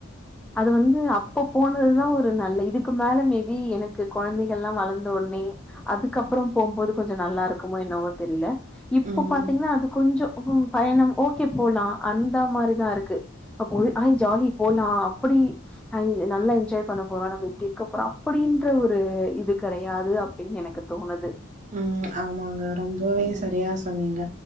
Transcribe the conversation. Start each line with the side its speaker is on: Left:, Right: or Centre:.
Centre: அது வந்து அப்ப போனதுதான் ஒரு நல்ல இதுக்கு மேல மேபி எனக்கு குழந்தைகள்ல்லா வளந்தவுன்னே அதுக்கப்பறோ போகும்போது கொஞ்சோ நல்லா இருக்குமோ என்னவோ தெரியல இப்போ
Right: ம்.
Centre: பாத்தீங்கன்னா அது கொஞ்சோ ஏ பயணம் ஓகே போலாம் அந்த மாரிதா இருக்கு அப்போயி அய் ஜாலி போலாம் அப்புடி ஹைன் நல்லா என்ஜாய் பண்ண போரோ நம்ம இப்டி இருக்கபோறோ அப்டின்ற ஒரு இது கெடையாது அப் டின் எனக்கு தோணுது
Right: ம் ஆமாங்க ரொம்பவே
Centre: ம்
Right: சரியா சொன்னீங்க